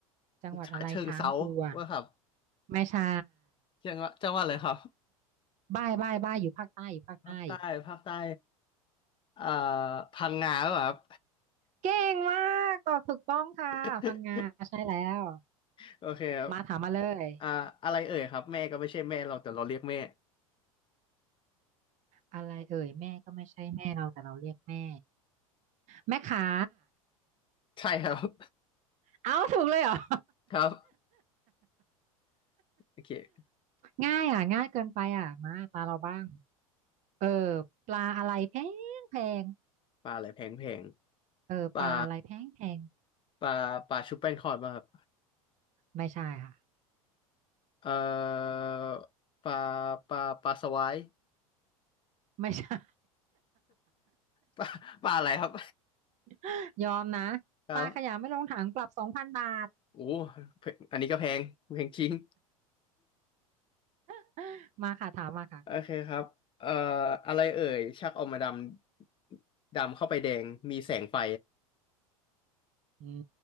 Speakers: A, on the right; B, on the left.
A: จังหวัดอะไรช้างกลัว
B: ฉะเชิงเทราว่าครับ
A: ไม่ใช่
B: จังหวัดจังหวัดอะไรครับ
A: บ้ายบ้ายบ้ายอยู่ภาคใต้อยู่ภาคใต้
B: ภาคใต้ภาคใต้เอ่อพังงาหรือเปล่าครับ
A: เก่งมากตอบถูกต้องค่ะพังงาใช่แล้ว
B: <laughs> โอเคครับ
A: มาถามมาเลย
B: อ่าอะไรเอ่ยครับแม่ก็ไม่ใช่แม่เราแต่เราเรียกแม่
A: อะไรเอ่ยแม่ก็ไม่ใช่แม่เราแต่เราเรียกแม่แม่ขา
B: ใช่ครับ
A: เอาถูกเลยเหรอ <laughs>
B: <laughs> ครับโอเค
A: ง่ายอ่ะง่ายเกินไปอ่ะมาตาเราบ้างเออปลาอะไรแพงแพง
B: ปลาอะไรแพงแพง
A: เออปลาอะไรแพงแพง
B: ปลาปลาปลาชุบแป้งทอดป่ะครับ
A: ไม่ใช่ค่ะ
B: เอ่อปลาปลาปลาสวาย
A: ไม่ใช่
B: <laughs> ปลาปลาอะไรครับ
A: <laughs> ยอมนะปลาขยะไม่ลงถังปรับสองพันบาท
B: ครับโอ้เพอันนี้ก็แพงแพงจริง
A: <laughs> มาค่ะถามมาค่ะ
B: โอเคครับเอ่ออะไรเอ่ยชักออกมาดำดำเข้าไปแดงมีแสงไฟ
A: อื